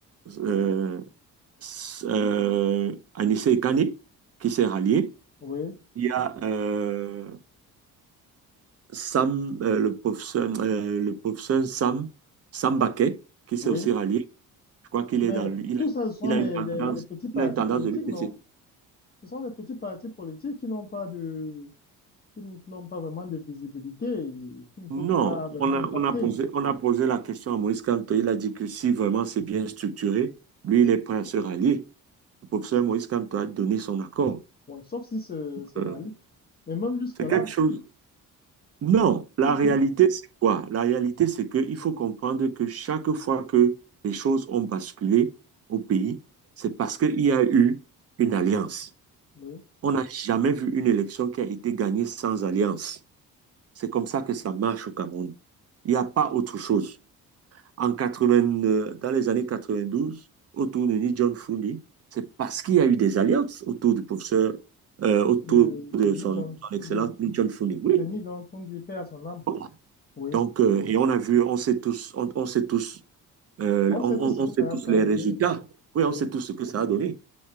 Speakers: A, on the right; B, on the left.
A: euh, euh, Anissé Kane qui s'est rallié.
B: oui,
A: Il y a euh, Sam, euh, le pauvre son, euh, le pauvre son Sam, Sam Baquet qui s'est
B: oui.
A: aussi rallié. Je crois qu'il
B: Mais
A: est dans lui. Il
B: tout
A: a,
B: ça, ce sont
A: il a
B: des,
A: une tendance,
B: des, des petits partis
A: il a une tendance
B: politiques,
A: de l'UPC.
B: non? Ce sont des petits partis politiques qui n'ont pas de, qui n- qui n'ont pas vraiment de visibilité, et qui ne peuvent
A: Non,
B: pas vraiment
A: on
B: impacter.
A: a, on a posé, on a posé la question à Maurice Kamto. Il a dit que si vraiment c'est bien structuré, lui, il est prêt à se rallier. Le professeur Maurice Kamto a donné son accord.
B: Ouais, sauf si se, se
A: Euh,
B: rallient. Mais même jusque-là,
A: c'est quelque chose, Non, la
B: oui,
A: réalité, c'est quoi? La réalité, c'est qu'il faut comprendre que chaque fois que les choses ont basculé au pays, c'est parce qu'il y a eu une alliance.
B: de,
A: On n'a jamais vu une élection qui a été gagnée sans alliance. C'est comme ça que ça marche au Cameroun. Il n'y a pas autre chose. En 80, euh, dans les années 92, autour de Ni John Fundi, c'est parce qu'il y a eu des alliances autour du professeur, euh, autour
B: de
A: de son,
B: Ni John,
A: son excellence
B: de,
A: Ni John Fundi. Oui,
B: de Ni John Kundi, paix à son âme.
A: bon.
B: Oui.
A: Donc, euh, et on a vu, on sait tous, on, on sait tous, euh,
B: On
A: on,
B: sait
A: on-
B: tout ce
A: on
B: que
A: sait
B: ça,
A: tous
B: ça
A: les
B: a donné.
A: résultats. Oui,
B: Oui,
A: on sait tous ce que ça a donné.